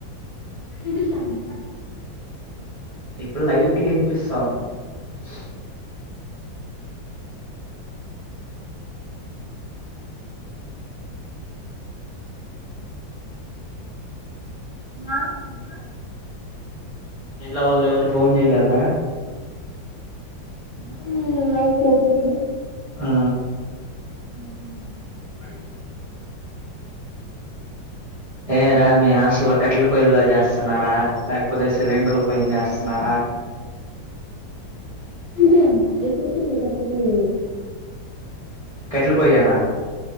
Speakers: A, on the left; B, on the right.
A: వినిపిస్తాంది.
B: ఇప్పుడు లైట్ గా వినిపిస్తా స్తంది
A: అ ఇప్పుడు
B: ఇంట్లో వాళ్ళు ఎవరు ఫోన్ చేయలేదరా
A: ఆ మై చేసింది
B: ఆ
A: మ్మ్
B: బాయ్ బాయ్ ఏం రా మీ హాస్టల్లో కట్టెల పొయ్యిల్లో చేస్తన్నారా లేకపోతే సిలిండర్ల పైన చేస్తన్నారా
A: అంతే అమ్మా అయిపోతే ఇక కట్టెల పొయ్యేలే
B: కట్టెల పొయ్యేనా